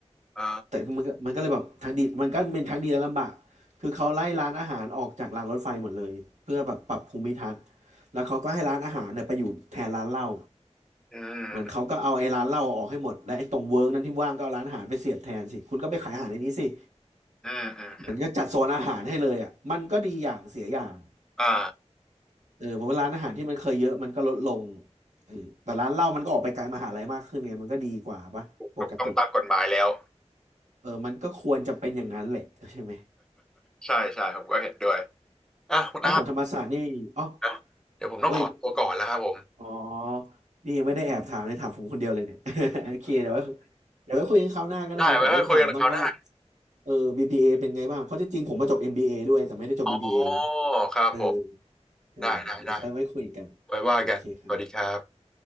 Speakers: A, in the centre; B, on the right.
A: เออ
B: แต่มันก็มันก็เลยแบบทั้งดีมันก็เป็นทั้งดีและลำบากคือเขาไล่ร้านอาหารออกจากรางรถไฟหมดเลยเพื่อแบบปรับภูมิทัศน์แล้วเขาก็ให้ร้านอาหารเนี่ยไปอยู่แทนร้านเหล้า
A: อืม
B: เหมือนเขาก็เอาไอ้ร้านเหล้าออกให้หมดและไอ้ตรงเวิร์กนั้นที่ว่างก็เอาร้านอาหารไปเสียบแทนสิคุณก็ไปขายอาหารในนี้สิ
A: อืมอืมอืม
B: มันก็จัดโซนอาหารให้เลยอ่ะมันก็ดีอย่างเสียอย่าง
A: อ่า
B: เออเพราะว่าร้านอาหารที่มันเคยเยอะมันก็ลดลงเออแต่ร้านเหล้ามันก็ออกไปไกลมหาลัยมากขึ้นเนี่ยมันก็ดีกว่าปะปกติ
A: ถูกต้องตามกฎหมายแล้ว
B: เออมันก็ควรจะเป็นอย่างนั้นแหละใช่ไหม
A: ใช่ใช่ผมก็เห็นด้วยอ่ะคุณอาร์ต
B: แล้วของธรรมศาสตร์นี่อ๋อ
A: นะเดี๋ยวผมต้องขอตัวก่อนแล้วครับผม
B: เว้ย อ๋อ นี่ยังไม่ได้แอบถามเลยถามผมคนเดียวเลยเนี่ย <laughs> โอเคเดี๋ยวไว้เดี๋ยวไว้คุยกันคราวหน้าก็ได้ผมต้องถามบ้างว่า
A: ได้ไว้ค่อยคุยกันคราวหน้า
B: เออ BBA เอเป็นไงบ้างเพราะที่จริงผมมาจบ MBA ด้วยแต่ไม่ได้จบ
A: อ๋อ
B: BBA ไง
A: ครับผม
B: เออได้เดี๋ยวค่อยไว้คุยกันโอเคครับ
A: ได้ได้ได้ไว้ว่ากันสวัสดีครับ